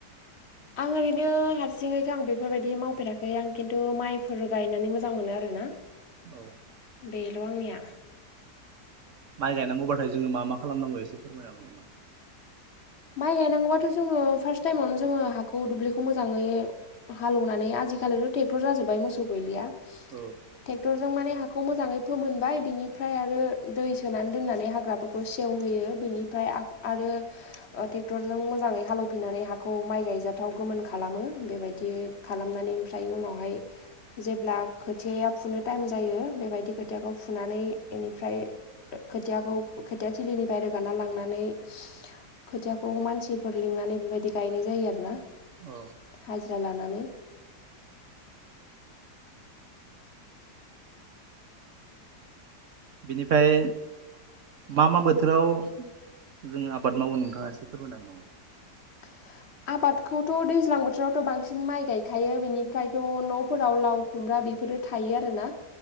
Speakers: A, on the left; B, on the right.
A: आं ओरैनो हारसिङैथ' आं बेफोरबायदि मावफेराखै आं खिन्थु माइफोर गायनानै मोजां मोनो आरो। ना
B: औ
A: बेल' आंनिया
B: माइ गायनांगौब्लाथाय जोङो मा मा खालामनांगौ एसे फोरमायनो हागौ नामा?
A: माइ गायनांगौबाथ' जोङो फार्स्ट टाइमावनो जोङो हाखौ दुब्लिखौ मोजाङै हालौवनानै आजीकालिथ ट्रेकटर जाजोबबादय मोसौ गोयलिया।
B: औ
A: बेखौ मोजाङै फोमोनबाय बिनिफ्राय आरो दै सोनानै दोननानै हाग्राफोरखौ सेवहोयो बेनिफ्राय। आरो ओ ट्रेक्टरजों मोजाङै हालेवफिननानै हाखौ माइ गायजाथाव गोमोन खालामो बेबायदि। बि खालामनानै ओमफ्राय उनावहाय जेब्ला खोथिया फुनो टाइम जायो बेबायदि। खोथियाखौ फुनानै बेनिफ्राय खोथियाखौ खोथिया थिलिनिफ्राय रोगानना लांनानै। खोथियाखौ मानसिफोर लिंनानै बेबायदि गायनाय जायो आरो ना।
B: औ
A: हाजिरा लानानै।
B: बिनिफ्राय मा मा बोथोराव जोङो आबाद मावो नोंथाङा एसे फोरमायनांगोन नामा।
A: <unintelligible> आबादखौथ' दैज्लां बोथोरावथ' बांसिन माइ गायखायो बेनिफ्रायथ' न'फोराव लाव खुमब्रा। बिफोरो थायो आरोना